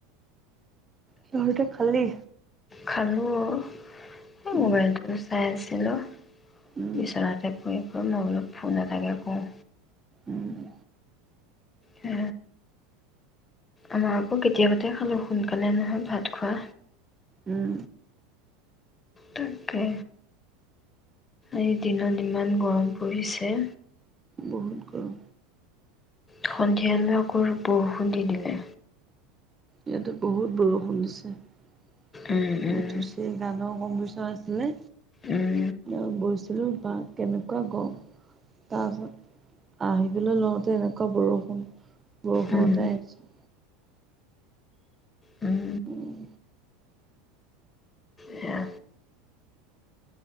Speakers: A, on the right; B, on the left.
A: চতে খালি
B: খালোঁ এ
A: উম
B: মোবাইলটো চাই আছিলোঁ
A: উম
B: বিচনা পৰি -পৰি, মই বোলো ফোন এটাকে কওঁ।
A: উম
B: হ আমাৰ আকৌ কেতিয়াবাতে খালো সোনকালে নহয় ভাত খোৱা
A: উম
B: তাকে এই দিনত ইমান গৰম পৰিছে
A: বহুত গৰম
B: সন্ধিয়ালৈ আকৌ বৰষুণ দি দিলে
A: ইয়াতো বহুত বৰষুণ দিছে <unintelligible>
B: উম উম
A: কম পইচা আছিলে
B: উম
A: অ গৈছিলো, বা কেনেকুৱা গৰম তা পাছত আহিবলৈ লওঁতে এনেকুৱা বৰষুণ! বৰষুণতে
B: উম
A: আহিছোঁ।
B: উম
A: উম
B: এয়া